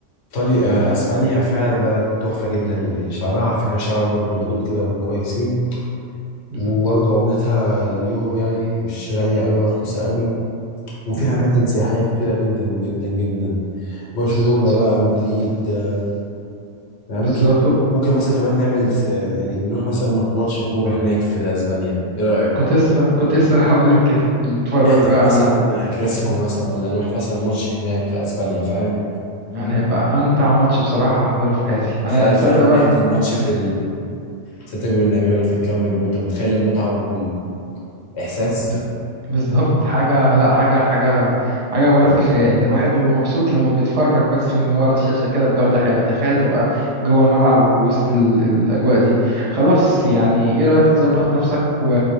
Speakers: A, on the left (about 60°); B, on the right (about 35°).
A: إيطاليا آه، أسبانيا فعلا بلد تحفة جدا وشعبها على فكرة شعب برضه لدود كده وكويسين
B: بالظبط
A: وبرضه عملتها اليورو يعني مش غالية أوي ولا رخيصة أوي وفيها
B: م.
A: أماكن سياحية كتيرة جدا جدا جدا برشلونة
B: بالظبط
A: بقى مدريد آه، الأماكن
B: بالظبط
A: دي ممكن مثلا كمان نعمل س- آه، يعني نروح مثلا ماتش كورة هناك في أسبانيا إيه رأيك؟
B: كنت لسه كنت لسه راح اقول لك كده نتفرج
A: نحضر
B: بقى
A: مثلا
B: على
A: كلاسيكو
B: م.
A: مثلا ولا نروح مثلا ماتش هناك في أسبانيا فاهم؟
B: يعني هيبقى امتع ماتش بصراحه احضره في حياتي انا
A: تخيل
B: تصدق
A: فعلا
B: بقى
A: تحضر
B: إن-
A: ماتش في
B: إمم.
A: سانتياغو بالنبي ولا في الكامب نو انت متخيل المتعه والاحساس
B: بز- بالظبط حاجة لا حاجة حاجة حاجة ولا في الخيال ده الواحد بيبقى مبسوط لما بيتفرج بس من ورا الشاشة كده بجودة حلوة تخيل تبقى جوه الملعب ووسط ال- الأجواء دي خلاص يعني ايه رأيك تظبط نفسك و...